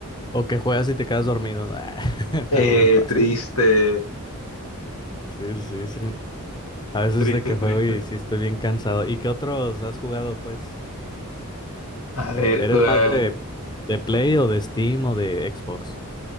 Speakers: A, on the left (about 20°); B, on the left (about 80°).
A: O que juegas y te quedas dormido, ¿no? <laughs>
B: eh,
A: A mí me pasa.
B: triste,
A: Sí, sí, sí. A veces
B: triste,
A: de que juego
B: triste.
A: y sí estoy bien cansado. ¿Y qué otros has jugado, pues?
B: A
A: Eh,
B: ver,
A: ¿Eres
B: eh,
A: más de, de Play o de Steam o de Xbox?